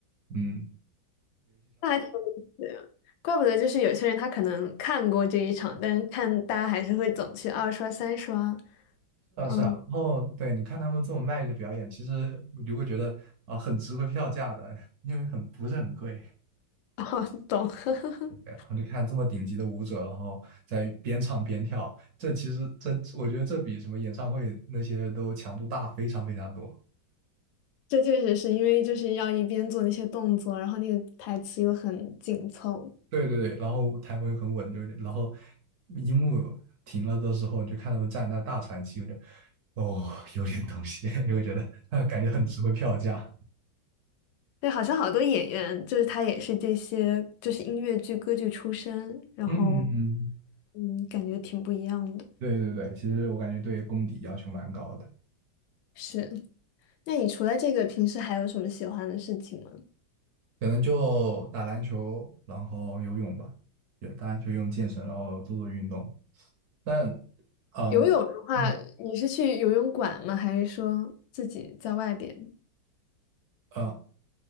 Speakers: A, on the right; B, on the left.
A: 嗯，
B: 那还挺有意思的，怪不得就是有些人他可能看过这一场，但是看大家还是会总去二刷三刷。嗯，
A: 然后对，你看他们这么卖力的表演，其实我就会觉得啊、很值回票价的，因为很不是很贵。
B: <laughs> 哦，懂。<laughs>
A: 对，然后就看这么顶级的舞者，然后在边唱边跳，这其实这我觉得这比什么演唱会那些都强度大非常非常多。
B: 这确实是因为就是要一边做那些动作，然后那个台词又很紧凑。
A: 对对对，然后台风又很稳，就然后一幕停了的时候，你就看他们站在那大喘气，有点哦，有点东西，<laughs> 你会觉得呃，感觉很值回票价。
B: 对，好像好多演员就是他也是这些，就是音乐剧、歌剧出身，然后
A: 嗯，
B: 嗯，感觉挺不一样的。
A: 对对对，其实我感觉对功底要求蛮高的，
B: 是，那你除了这个，平时还有什么喜欢的事情吗？
A: 可能就打篮球，然后游泳吧，也打篮球、用健身，然后做做运动。但，嗯嗯
B: 游泳的话，你是去游泳馆吗？还是说自己在外边？
A: 呃，